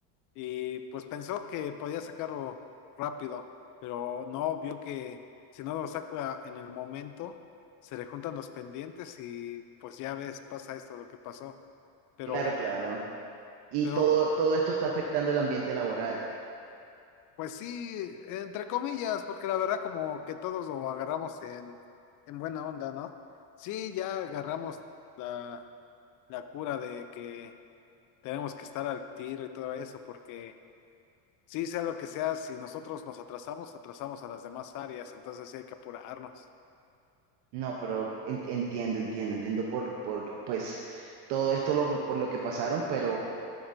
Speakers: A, on the left; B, on the right.
A: y pues pensó que podía sacarlo rápido, pero no, vio que si no lo saca en el momento, se le juntan los pendientes y pues ya ves, pasa esto lo que pasó. Pero,
B: Claro, claro. Y
A: pero,
B: todo, todo esto está afectando el ambiente laboral.
A: pues sí, entre comillas, porque la verdad como que todos lo agarramos en, en buena onda, ¿no? Sí, ya agarramos la, la cura de que tenemos que estar al tiro y todo eso, porque Sí, sea lo que sea, si nosotros nos atrasamos, atrasamos a las demás áreas, entonces sí hay que apurarnos.
B: No, pero en- entiendo, entiendo, entiendo por, por, pues, todo esto lo, por lo que pasaron, pero